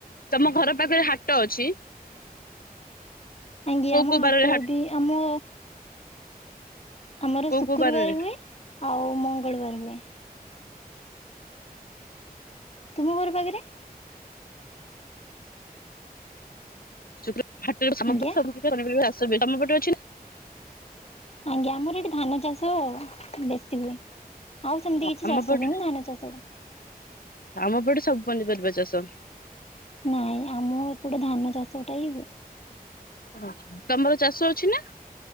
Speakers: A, on the left; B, on the left.
A: ତମ ଘର ପାଖରେ ହାଟ ଅଛି?
B: ଆଜ୍ଞା
A: କୋଉ
B: ଆମ
A: କୋଉ
B: ହାଟ
A: ବାରରେ
B: ବି ଆମ ଆମର
A: କୋଉ
B: ଶୁକ୍ରବାର
A: କୋଉ ବାରରେ?
B: ହୁଏ ଆଉ ମଙ୍ଗଳବାର ହୁଏ। ତୁମ ଘର ପାଖେରେ?
A: ଶୁକ୍ର ହାଟରେ <unintelligible> ତମ
B: ଆଜ୍ଞା
A: ପଟେ ଅଛି <unintelligible>
B: ଆଜ୍ଞା ଆମର ଏଠି ଧାନ ଚାଷ ବେଶୀ ହୁଏ। ଆଉ ସେମିତି
A: ଓ
B: କିଛି
A: ଆମ
B: ଚାଷ
A: ପଟେ
B: ହୁଏନି ଧାନ ଚାଷଟା।
A: ଆମ ପଟେ ସବୁ ପନିପରିବା ଚାଷ।
B: ନାଇଁ, ଆମ ଏପଟେ ଧାନ ଚାଷଟା ହିଁ ହୁଏ।
A: ଓ ହଁ, ତମର ଚାଷ ଅଛି ନା?